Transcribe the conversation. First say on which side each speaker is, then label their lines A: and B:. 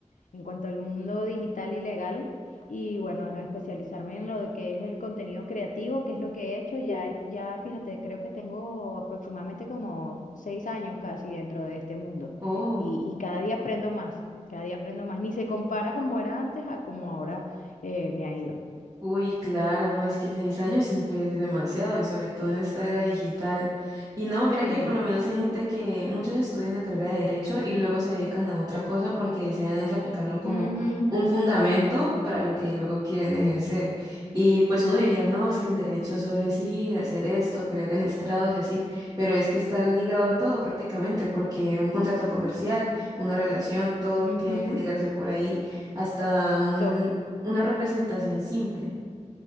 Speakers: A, on the left (about 85°); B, on the right (about 30°).
A: en cuanto al mundo digital y legal y bueno, especializarme en lo de que es el contenido creativo, que es lo que he hecho. Ya, ya fíjate, creo que tengo aproximadamente como seis años casi dentro de este mundo
B: Oh.
A: y, y cada día aprendo más, cada día aprendo más. Ni se compara como era antes a como ahora eh, me ha ido.
B: Uy, claro, no, es que seis años siempre es demasiado y sobre todo en esta era digital. Y no, mira
A: Sí.
B: que por lo menos hay gente que muchos estudian la carrera de derecho y luego se dedican a otra cosa porque desean es aplicarlo como
A: Ujú,
B: un fundamento para lo que luego quieren ejercer. Y pues uno
A: Sí,
B: diría, no, es que el derecho solo es ir, hacer esto, pelear en estrados y así, pero es que estar ligado a todo prácticamente porque un contrato comercial, una relación, todo
A: ujú,
B: tiene que ligarse por ahí, hasta un...
A: todo.
B: una representación simple.